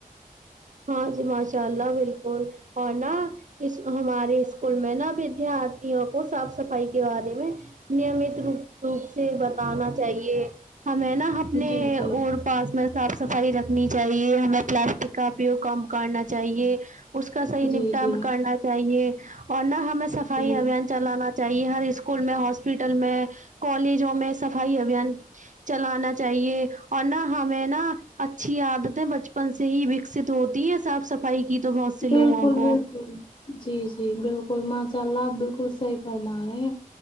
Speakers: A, on the right; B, on the left.
A: ہاں جی ماشاء اللہ بالکل اور نا اس ہمارے اسکول میں نہا ودارتھیوں کو صاف صفائی کے بارے میں نمت رپ روپ سے بتانا چاہیے ہمیں نا ہمیں
B: جی جی
A: اور پاس میں صاف صفائی رکھنی چاہیے ہمیں پلاسٹک کا کم کرنا چاہیے اس کا صحیح
B: جی
A: نپٹان
B: جی
A: کرنا چاہیے اور نہ ہم میں سفائی
B: جی
A: ابھیان چلانا چاہیے ہر اسکول میں ہاسپٹل میں کالجوں میں صفائی ابھیان چلانا چاہیے اور نہ ہمیں نہ اچھی عادتیں بچپن سے ہیکس ہوتی ہے صاف صفائی کی تو بہت سے
B: بالکل
A: لوگوں کو
B: بالکل جی جی بالکل ماشاء اللہ آپ بالکل صحیح فرما رہے ہیں